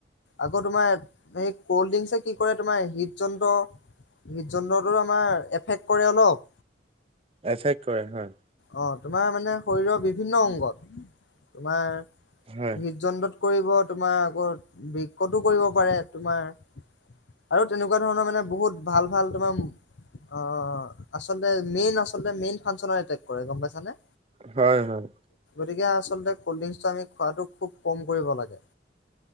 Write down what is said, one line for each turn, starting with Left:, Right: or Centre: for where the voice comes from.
Left: আকৌ তোমাৰ সেই কল্ড্ৰিংকছে কি কৰে তোমাৰ হৃদ যন্ত্ৰ, হৃদ যন্ত্ৰটোৰ আমাৰ এফেক্ট কৰে অলপ।
Right: এফেক কৰে হয়।
Left: অঁ তোমাৰ মানে শৰীৰৰ বিভিন্ন অংগত তোমাৰ
Right: হয়,
Left: হৃদযন্ত্ৰত, কৰিব তোমাৰ, আকৌ বিকতো কৰিব পাৰে তোমাৰ আৰু তেনেকুৱা ধৰণৰ মানে বহুত ভাল, ভাল তোমাৰ অ', আচলতে মেইন আচলতে, মেইন ফানচনৰ এটেক কৰে গম পাইছানে?
Right: হয়, হয়।
Left: গতিকে আচলতে কল্ড ড্ৰিংকচটো আমি খোৱাটো খুব কম কৰিব লাগে।